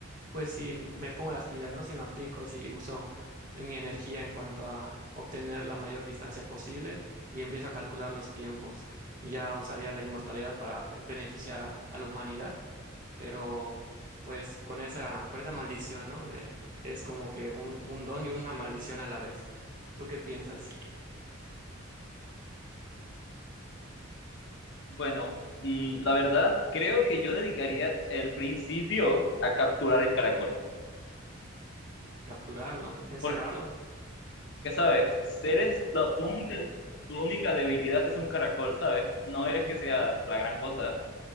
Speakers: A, on the right (about 40°); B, on the left (about 60°).
A: pues si me pongo las pilas, ¿no? Si me aplico, si uso mi energía en cuanto a obtener la mayor distancia posible y empiezo a calcular los tiempos. Y ya usaría la inmortalidad para pues beneficiar a, a la humanidad pero pues con esa, con esa maldición, ¿no? De, es como que un, un don y una maldición a la vez. ¿Tú qué piensas?
B: Bueno, mm, la verdad, creo que yo dedicaría el principio a capturar el caracol.
A: ¿Capturarlo? ¿Encerrarlo?
B: Porque, ¿sabes? Eres, la- tu única, tu única debilidad es un caracol, ¿sabes? No eres
A: Ujú,
B: que sea la gran cosa.